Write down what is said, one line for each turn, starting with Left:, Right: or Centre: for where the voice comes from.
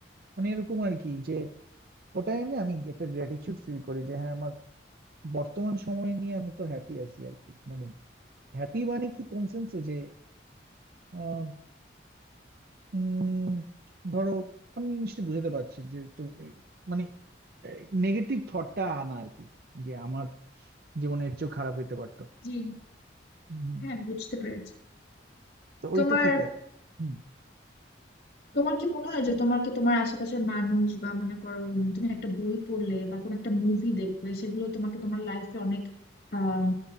Right: মানে এরকম আর কি যে ওটাই না আমি একটা গ্র্যাটিটিউড ফিল করি যে হ্যাঁ আমার বর্তমান সময় নিয়ে আমি তো হ্যাপি আছি আর কি মানে হ্যাপি মানে কি কোন সেন্সে যে আহ, উম, ধরো আমি নিশ্চয়ই বুঝাতে পারছি যে তো মানে নেগেটিভ থটটা আনা আর কি যে আমার জীবনে এর চেয়েও খারাপ হইতে পারতো
Left: জি
Right: হুম,
Left: হ্যাঁ বুঝতে পেরেছি
Right: তো ওইটা
Left: তোমার
Right: থেকে হুম,
Left: তোমার কি মনে হয় যে তোমাকে তোমার আশেপাশের মানুষ বা মনে করো উম, তুমি একটা বই পড়লে বা কোনো একটা মুভি দেখলে সেগুলো তোমাকে তোমার লাইফে অনেক আম,